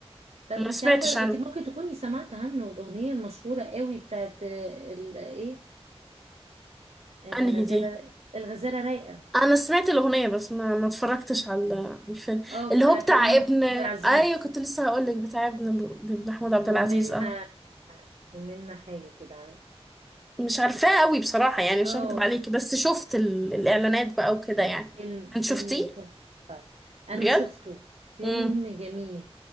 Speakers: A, on the right; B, in the centre.
A: طب
B: ما
A: انت
B: سمعتش
A: عارفه
B: عنه
A: انت ممكن تكوني سمعت عنه الاغنيه المشهوره قوي بتاعت آه، ال... ايه الغزاله
B: انهي دي
A: الغزاله رايقه
B: انا سمعت الاغنيه بس ما ما اتفرجتش على على الفيلم
A: اه
B: اللي
A: بتاع
B: هو بتاع
A: كريم محمود
B: ابن
A: عبد العزيز
B: ايوه كنت لسه هقول لك بتاع ابن ابن محمود عبد
A: ومنا
B: العزيز اه
A: ومنا حاجه كده عارف
B: مش عارفاه قوي بصراحه يعني مش
A: اه
B: هكدب عليكي بس شفت ال... الاعلانات بقى وكده
A: لا
B: يعني
A: فيلم
B: انت
A: فيلم
B: شفتيه
A: تحفه انا
B: بجد
A: شفته فيلم
B: امم
A: جميل